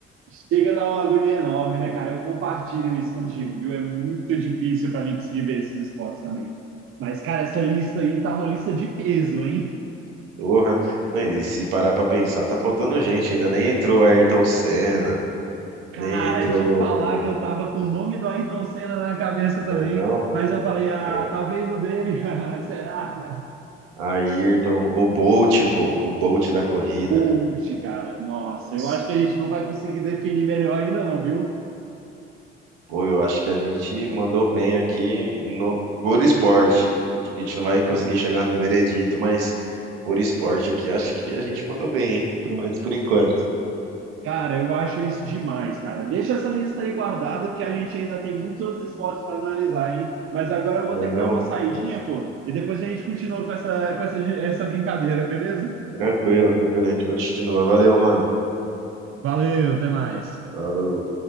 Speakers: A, on the right; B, on the right.
A: Chega a dar uma agonia enorme, né, cara? Eu compartilho isso contigo, viu? É muito difícil para mim conseguir ver esses esportes também. Mas, cara, essa lista aí tá uma lista de peso, hein?
B: Porra. Não, E se parar pra pensar, tá faltando gente ainda. Nem entrou Ayrton Senna,
A: Cara,
B: nem entrou.
A: te falar que eu tava com o nome do Ayrton Senna na cabeça
B: Né,
A: também,
B: não?
A: mas eu falei, ah,
B: Ay-
A: talvez o dele, <laughs> será?
B: Ayrton, o Bolt, pô, o Bolt da corrida.
A: Coach, cara, nossa,
B: Nossa.
A: eu acho que a gente não vai conseguir definir melhor aí não, viu?
B: Pô, eu acho que a gente mandou bem aqui no, por esporte. Acho que a gente não vai conseguir
A: É.
B: chegar no veredito, mas por esporte aqui, acho que a gente mandou bem, hein? Pelo menos por enquanto.
A: Cara, eu acho isso demais, cara. Deixa essa lista aí guardada, porque a gente ainda tem muitos outros esportes para analisar, hein? Mas agora eu vou
B: Né,
A: ter
B: não?
A: que dar uma saidinha, pô, e depois a gente continua com essa, com essa, essa brincadeira, beleza?
B: Tranquilo, tranquilo, a gente continua. Valeu, mano.
A: Valeu, até mais.
B: Falou.